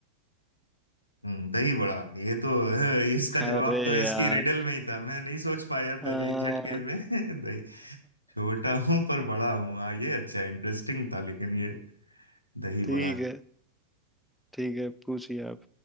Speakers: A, on the left; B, in the centre.
A: हम्म, दही बड़ा ये तो है, इसका जवाब
B: अरे
A: तो इसकी
B: यार
A: रिडल में ही था मैं नहीं सोच पाया
B: <laughs>
A: पहले
B: हाँ,
A: एक झटके में <laughs> दही छोटा हूं पर बड़ा हूं हाँ ये अच्छा इंटरेस्टिंग था लेकिन ये दही
B: ठीक
A: बड़ा
B: है ठीक है पूछिए आप